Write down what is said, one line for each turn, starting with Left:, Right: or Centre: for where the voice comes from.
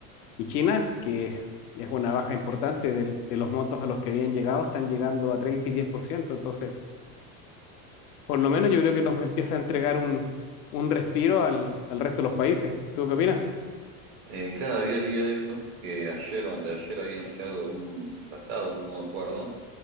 Left: y China, que es una baja importante del- de los montos a los que habían llegado, están llegando a 30 y 10%. Entonces, por lo menos yo creo que nos empieza a entregar un, un respiro al, al resto de los países. ¿Tú qué opinas?
Right: Eh, claro, había leído eso, que ayer o antes de ayer habían llegado a un tratado, un nuevo acuerdo,